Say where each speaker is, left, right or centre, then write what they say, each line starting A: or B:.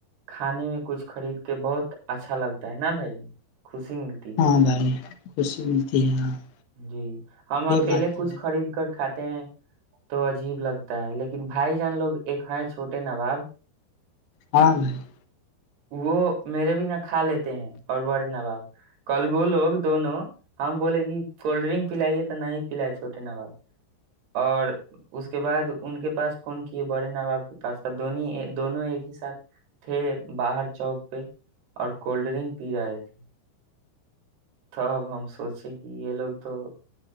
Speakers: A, on the right; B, on the left.
A: کھانے میں کچھ خرید کے بہت اچھا لگتا ہے نا بھائی <inaudible> خوشی ملتی ہے
B: ہاں
A: <inaudible>
B: بھائی خوشی ملتی ہے <inaudible>
A: جی ہم اکیلے
B: یہ بات
A: کچھ
B: تو ہے
A: خرید کر کھاتے تو عجیب لگتا ہے لیکن بھائی جان لوگ ایک چھوٹے نواب <inaudible>
B: ہاں نہیںائی <inaudible>
A: وہ میرے بھی نہ کھا لیتے ہیں اور بڑے نواب کلگو لوگ دونوں ہم بولے کہ <inaudible> کولڈ ڈرنک پلائیے تو نہیں پلائے چھوٹے نواب اور اس کے بعد ان کے پاس فون کیے بڑے نواب کے پاس دون دونوں ایک ہی ساتھ تھے باہر چوک پہ اور کولڈ ڈرنک پی رہے تھے ت اب ہم سوچے کہ <inaudible> یہ لوگ تو <inaudible>